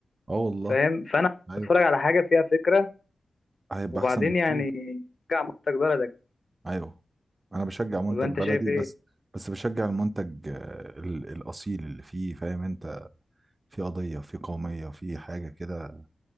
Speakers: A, on the right; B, on the left.
A: اه والله
B: فاهم فانا
A: ايوه
B: بتفرج على حاجه فيها فكره
A: هيبقى
B: وبعدين
A: احسن بكتير
B: يعني ترجع مصدر بلدك
A: ايوه انا بشجع منتج
B: ولا انت
A: بلدي
B: شايف ايه
A: بس بس بشجع المنتج آه، ال- الاصيل اللي فيه فاهم انت في قضية في قومية في حاجة كده